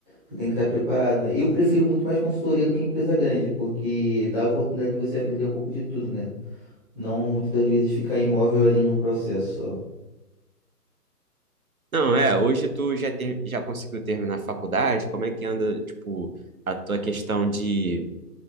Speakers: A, in the centre; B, on the right.
A: tu tem que estar preparado, né? Eu prefiro muito mais consultoria do que empresa grande, porque dá a oportunidade de você aprender um pouco de tudo, né? Não muitas das vezes ficar imóvel ali num processo só.
B: Não, é, hoje tu já, ter, já conseguiu terminar a faculdade, como é que anda, tipo, a tua questão de